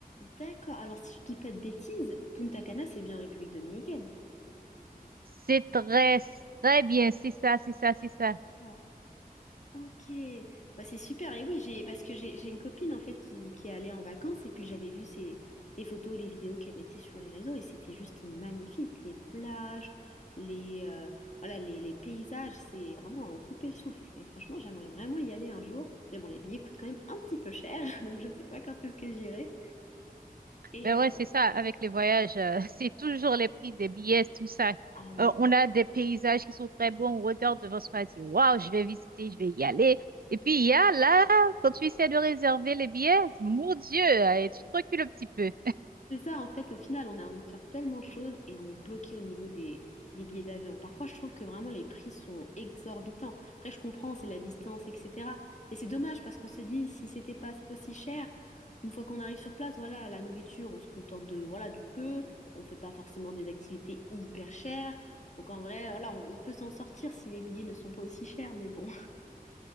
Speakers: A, on the left; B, on the right.
A: D'accord. Alors, si je dis pas de bêtises, Punta Cana, c'est bien en République dominicaine.
B: C'est très, très bien, c'est ça, c'est ça, c'est ça.
A: Ah. Ok, bah, c'est super. Et oui, j'ai parce que j'ai j'ai une copine en fait qui, qui est allée en vacances et puis j'avais vu ses, les photos, les vidéos qu'elle mettait sur les réseaux et c'était juste magnifique. Les plages, les euh, voilà, les, les paysages, c'est vraiment à en couper le souffle. Et franchement, j'aimerais vraiment y aller un jour. Mais bon, les billets coûtent quand même un petit peu cher, <laughs> donc je sais pas quand est-ce que j'irai. Et
B: Ben
A: euh,
B: ouais, c'est ça, avec les voyages, euh, <laughs> c'est toujours les prix des billets, tout ça.
A: ah oui.
B: Euh, on a des paysages qui sont très beaux, on regarde devant soi, on dit, waouh, je vais visiter, je vais y aller. Et puis, il y a là, quand tu essaies de réserver les billets, mon Dieu, euh, et tu te recules un petit peu.
A: C'est ça, en fait, au final, on a envie de faire tellement de choses et on est bloqué au niveau des, des billets d'avion. Parfois, je trouve que vraiment les prix sont exorbitants. Après, je comprends, c'est la distance, etc. Mais c'est dommage parce qu'on se dit, si c'était pas aussi cher, une fois qu'on arrive sur place, voilà, la nourriture, on se contente de, voilà, du peu, on fait pas forcément des activités hyper chères. Donc en vrai, voilà, on, on peut s'en sortir si les billets ne sont pas aussi chers, mais bon.